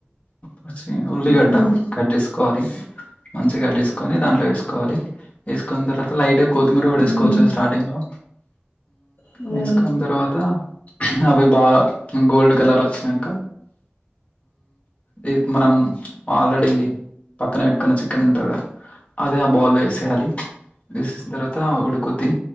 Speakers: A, on the left; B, on the left.
A: వె చ్చి ఉల్లిగడ్డ
B: మ్మ్
A: కట్ చేసుకోవాలి మంచిగ తీసుకొని దాంట్లో వేసుకోవాలి వేసుకున్న తర్వాత లైట్ కొత్తిమీర కూడ వేసుకోవచ్చు
B: మ్మ్
A: స్టార్టింగ్ లో
B: అంతేనా
A: వేసుకున్న తర్వాత అవి బాగ గోల్డ్ కలర్ వచ్చినాక టె మనం ఆల్రెడీ పక్కన పెట్టుకున్న చికెన్ ఉంటది గా అదే ఆ బౌల్ లో వేసేయాలి వేసేసిన తర్వాత ఉడుకుద్ది